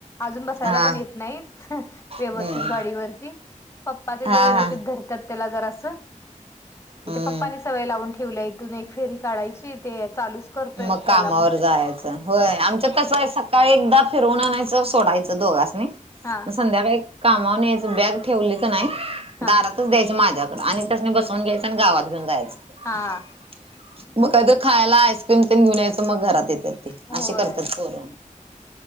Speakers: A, on the left; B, on the right.
A: अजून बसायला
B: हा
A: पण येत नाही व्यवस्थित
B: हम्म
A: गाडीवरती पप्पा तेच
B: हा
A: व्यवस्थित
B: हा
A: धर ज
B: हम्म.
A: प्नी सवय ला ठेवल्या इथून एक फेरी काढायची ते चालूच करतोय
B: मग
A: चला
B: कामावर
A: म्हणतोय
B: जायचं होय आमचं तसं आहे काय एकदा फिरवून आणायचं सोडायचं दोघासनी
A: हां
B: मग संध्याकाळी कामाून यायच बॅग ठेवली का नाही
A: हा
B: दारात च द्यायचं माझ्याकड आणि तस नाही बसवून घ्यायचं आणि गावात घेऊन जायचं
A: हा
B: मग काय तर खायला आईस्क्रीम प घेऊन यायचं मग घरात येतात ते
A: होय
B: असे करतातर